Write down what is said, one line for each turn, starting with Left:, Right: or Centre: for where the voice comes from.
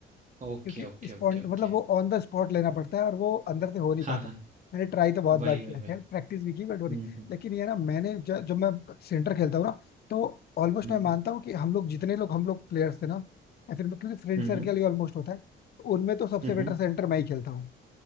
Right: ओके,
Left: क्योंकि
Right: ओके,
Left: स्पॉट
Right: ओके, ओके।
Left: मतलब वो ऑन द स्पॉट लेना पड़ता है और वो अंदर से हो नहीं
Right: हाँ,
Left: पाता
Right: हाँ।
Left: मैंने ट्राई तो बहुत
Right: वही,
Left: बार किया
Right: वही, वही।
Left: खैर प्रैक्टिस भी की बट वो नहीं
Right: हुँ, हुँ।
Left: लेकिन ये ना मैंने ज- जब मैं सेंटर खेलता हूँ ना तो ऑलमोस्ट
Right: हुँ,
Left: मैं
Right: हुँ।
Left: मानता हूँ कि हम लोग जितने लोग हम लोग प्लेयर्स थे ना या फिर क्योंकि फ्रेंड
Right: हुँ,
Left: सर्कल
Right: हुँ।
Left: ही ऑलमोस्ट होता है तो उनमें तो सबसे
Right: हुँ,
Left: बेटर
Right: हुँ।
Left: सेंटर मैं ही खेलता हूँ